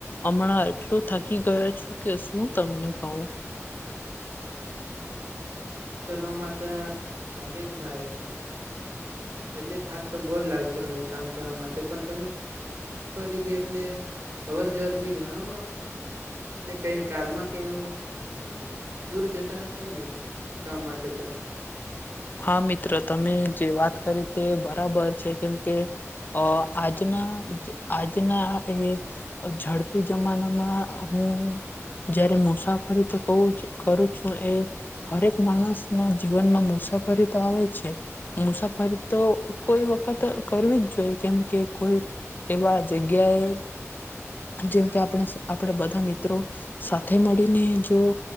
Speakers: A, on the left (about 40°); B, on the right (about 60°).
A: હમણાં એટલો થકી ગયો છું કે શું તમને કહું.
B: કરવામાં તો લાગે જ ભાઈ પણ. એટલે થાક તો બોજ લાગતો હોય કામ કરવા માટે પણ તમે મુસાફરી બી એટલે અવર જવર ભી ઘણો એટલે કઈ કારમાં કે એવું ઘણું દૂર જતા હશો ને કામ માટે તો.
A: હા મિત્ર તમે જે વાત કરી તે બરાબર છે કેમ કે... અ આજના... આજના એ ઝડપી જમાનામાં હું જયારે મુસાફરી તો બોજ કરું છું, એ હરેક માણસ ના જીવનમાં મુસાફરી... ફરી તો આવે જ છે, મુસાફરી તો કોઈ વખત કરવી જ જોઈએ કેમકે કોઈ એવા જગ્યાએ... જેમ કે આપણે આપણે બધા મિત્રો સાથે મળીને જો